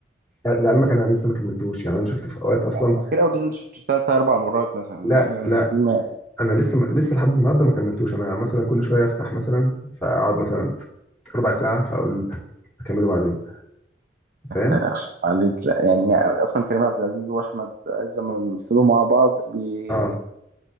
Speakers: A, in the centre; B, on the right (about 50°).
A: لعلمك انا لسه ما كملتوش يعني انا شفت في اوقات اصلا
B: انا كيرة والجن ده شفته ثلاث اربع مرات مثلا
A: لا
B: لا يعني
A: لا
B: فيلم
A: انا لسه ما لسه لحد النهارده ما كملتوش انا مثلا كل شويه افتح مثلا فاقعد مثلا ربع ساعه فاقول اكمله بعدين فاهم
B: آه، عليك لا يعني اصلا كريم عبد العزيز واحمد عز لما بيمثلوا مع بعض دي
A: اه